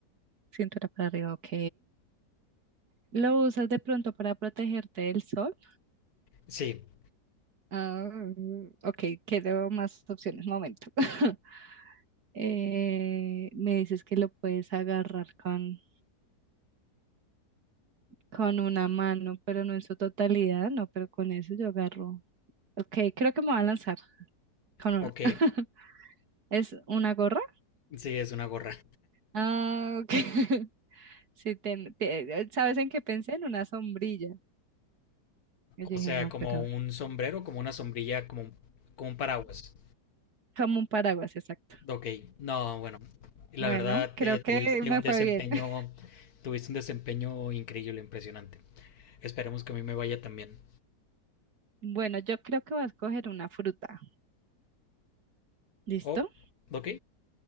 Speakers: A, on the right; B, on the left.
A: Cintura para arriba, ok. ¿Lo usas de pronto para protegerte del sol?
B: Sí,
A: Ah, ok, quiero más opciones, momento. <laughs> Eh, me dices que lo puedes agarrar con, con una mano, pero no en su totalidad, no, pero con eso yo agarro. Ok, creo que me va a lanzar con uno.
B: ok,
A: <laughs> ¿Es una gorra?
B: sí, es una gorra.
A: Ah, ok. <laughs> Sí, ten- te- ¿sabes en qué pensé? En una sombrilla. Yo dije,
B: O sea,
A: no,
B: como
A: pero
B: un sombrero, como una sombrilla, como, como un paraguas.
A: como un paraguas, exacto.
B: Ok, no, bueno, la
A: Bueno,
B: verdad
A: creo
B: eh,
A: que
B: tuviste
A: me
B: un
A: fue
B: desempeño,
A: bien. <laughs>
B: tuviste un desempeño increíble, impresionante. Esperemos que a mí me vaya también.
A: Bueno, yo creo que voy a escoger una fruta. ¿Listo?
B: Oh, ok,